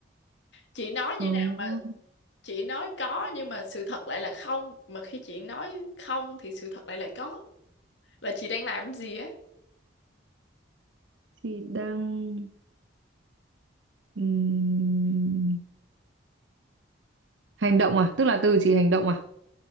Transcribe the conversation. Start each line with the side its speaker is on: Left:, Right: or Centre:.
Left: chị nói như
Right: có
Left: nào chị nói có nhưng mà sự thật lại là không mà khi chị nói không thì sự thật lại là có là chị đang làm gì á
Right: thì đang ừm, hành động à? Tức là từ chỉ hành động à?